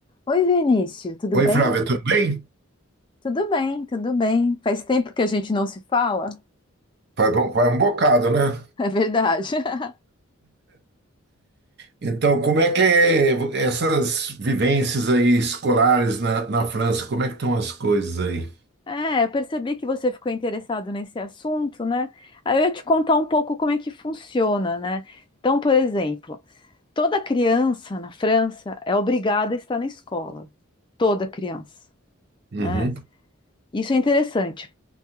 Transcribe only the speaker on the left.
Oi, Vinícius, tudo
bem?
Tudo bem, tudo bem. Faz tempo que a gente não se fala,
é verdade. <laughs>
É, eu percebi que você ficou interessado nesse assunto, né? Aí eu ia te contar um pouco como é que funciona, né? Então, por exemplo, toda criança na França é obrigada a estar na escola. Toda criança,
né? Isso é interessante,